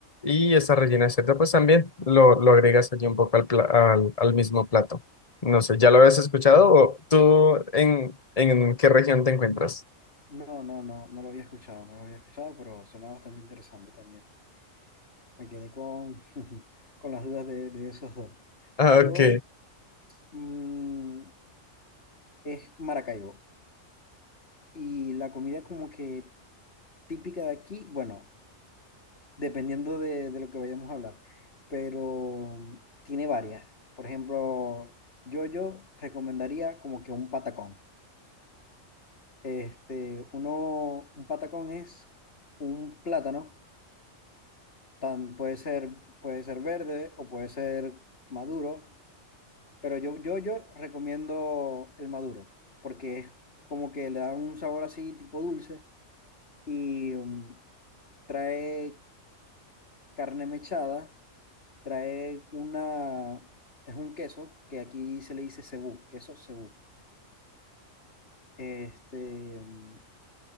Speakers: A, on the left; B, on the left.
A: Y esa rellena de cerdo pues también lo, lo agregas allí un poco al, pla- al al mismo plato. No sé, ¿ya lo habías escuchado? ¿O tú en, en qué región te encuentras?
B: No, no, no, no lo había escuchado, no lo había escuchado, pero suena bastante interesante también. Me quedé con, <laughs> con las dudas de, de esos dos.
A: Ah,
B: Yo,
A: ok.
B: mm, es Maracaibo. Y la comida como que típica de aquí, bueno. dependiendo de, de lo que vayamos a hablar, pero tiene varias. Por ejemplo, yo, yo recomendaría como que un patacón. Este, uno, un patacón es un plátano, tan, puede ser, puede ser verde o puede ser maduro, pero yo, yo, yo recomiendo el maduro, porque es como que le da un sabor así tipo dulce y mm, trae carne mechada Trae una, es un queso que aquí se le dice cebú, queso cebú. Este, mm,